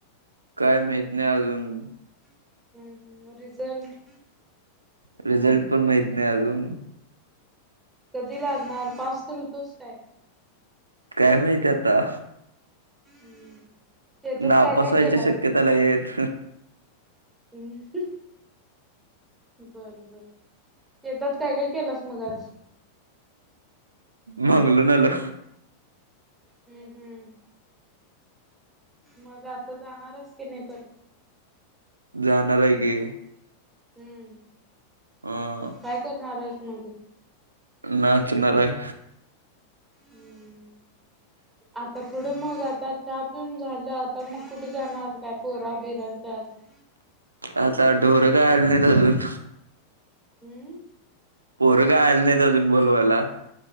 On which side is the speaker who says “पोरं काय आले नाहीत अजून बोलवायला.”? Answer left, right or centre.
Right